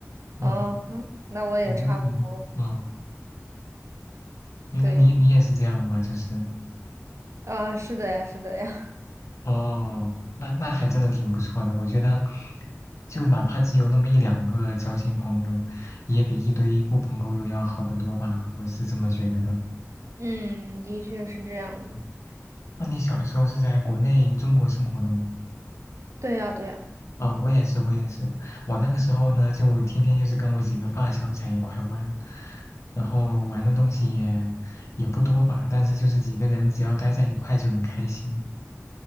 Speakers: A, on the left; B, on the right.
A: 嗯，
B: 哦，嗯，那我也差不多，
A: 你呢？你呢？嗯，原来你你也是这样吗？
B: 对，
A: 就是，
B: 啊，是的呀，是的呀，
A: 哦，那那还真的挺不错的。我觉得，就哪怕只有那么一两个交心朋友，也比一堆狐朋狗友要好得多吧。我是这么觉得的。
B: <laughs> 嗯，的确是这样的，
A: 嗯那你小时候是在国内中国生活的吗？
B: 对呀，对呀，
A: 哦，我也是，我也是。我那个时候呢，就天天就是跟我几个发小在一块玩，然后玩的东西也也不多吧，但是就是几个人只要待在一块就很开心。